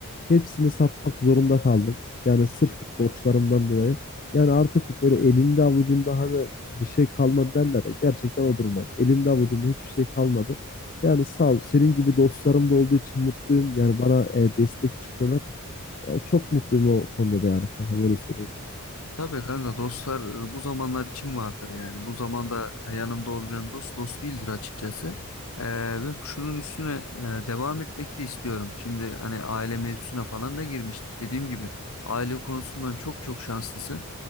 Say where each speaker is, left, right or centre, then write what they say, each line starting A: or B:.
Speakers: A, on the left; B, on the left.
A: Hepsini satmak zorunda kaldım. Yani sırf borçlarımdan dolayı. Yani artık böyle elinde avucunda hani bir şey kalmadı derler ya. Gerçekten o durumdayım. Elimde avucumda hiçbir şey kalmadı. Yani sağ ol. Senin gibi dostlarım da olduğu için mutluyum. Yani bana e, destek çıkıyorlar. Yani çok mutluyum o konuda da yani kanka böyle söyleyeyim.
B: Tabii kanka dostlar e, bu zamanlar için vardır yani. Bu zamanda e, yanında olmayan dost dost değildir açıkçası. E, ve şunun üstüne e, devam etmek de istiyorum. Şimdi hani aile mevzusuna falan da girmiştik. Dediğim gibi aile konusundan çok çok şanslısın.